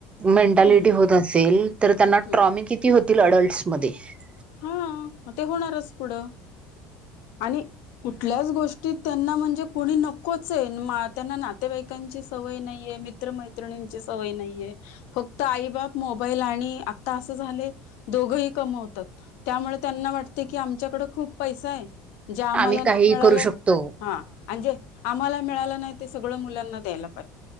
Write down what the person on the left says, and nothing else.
हम्म
हम्म
हा ते होणारच पुढं आणि कुठल्याच गोष्टी- त त्यांना म्हणजे कोणी नकोच आहे त्यांना नातेवाईकांची सवय नाहीये मित्रमैत्रिण सवय नाहीये फक्त आई बाप मोबाईल आणि आता असं झाले दोघही कमवतात. त्यामुळे त्यांना वाटते की आमच्याकड खूप पैसा आहे. जे आम्हाला
नाही
मिळालं
हा म्हजे- आम्हाला मिळालं नाही ते सगळं मुलांना द्यायला <inaudible>